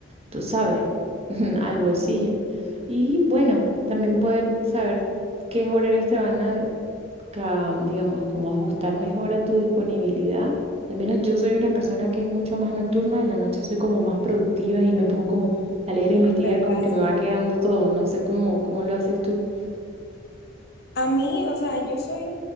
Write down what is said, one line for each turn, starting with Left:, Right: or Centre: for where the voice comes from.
Right: tú sabes, <laughs> al bolsillo. Y bueno, también poder saber qué horarios te van a, ca- digamos, como ajustar mejor a tu disponibilidad. Al menos yo soy una persona que es mucho más nocturna, en la noche soy como más productiva y me pongo como a leer e investigar,
Left: <laughs> me
Right: como
Left: pasa.
Right: que me va quedando todo, no sé cómo, cómo lo haces tú.
Left: A mí, o sea, yo soy,